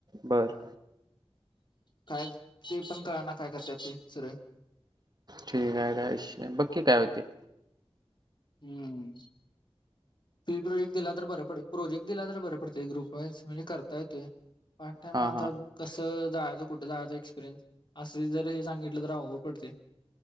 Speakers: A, on the right; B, on the left.
A: बर
B: कायं ते पणं कळं नां कायं करतां ते सर
A: ठीकं आहे कायं इश्यू बक्की कायं होते
B: हम्मं फिल प्रोजेक्टं दिलां तरं बरे पडते प्रोजेक्टं दिेलां तरं बरे पडते ग्रुप वांईज म्हणजे बरंपडते पांच टांईम
A: हां
B: आतां
A: हां
B: कसं जायचं कुठं जायचं एक्सपिरियन्स असं जरं हे सांगितलं तरं अवघंड पडते